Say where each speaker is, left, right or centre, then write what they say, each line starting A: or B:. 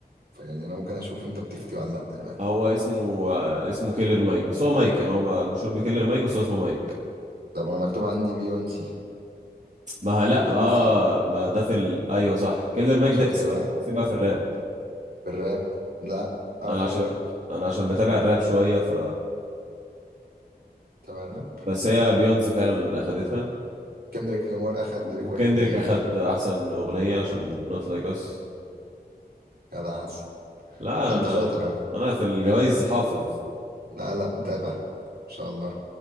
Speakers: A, on the right; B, on the right.
A: فيعني أنا ممكن أشوف أنت بتفتي ولا لأ دلوقتي
B: هو اسمه آه، اسمه كيلر مايك بس هو مايك يعني هو ما- مشهور بكيلر مايك بس هو اسمه مايك
A: طب أنا مكتوب عندي بيونسي
B: ما ه- لا
A: بيونسي
B: اه ما ده في ال... ايوه صح كيلر مايك
A: شفت
B: ده كس-
A: بقى
B: سيبها في الراب
A: في الراب لا اه
B: انا
A: في
B: عشان
A: الراب
B: انا عشان متابع الراب شويه ف
A: تبع الراب
B: بس هي بيونسي فعلا اللي اخدتها
A: كندريك لامار اخد
B: و-
A: ريكورد
B: وكندريك
A: اوف ذا يير
B: اخد احسن اغنيه عشان نوت لايك اس
A: جدع حسن
B: لا
A: لا انت
B: انا
A: شاطر اه
B: انا في الجوائز حافظ
A: لا لا متابع ان شاء الله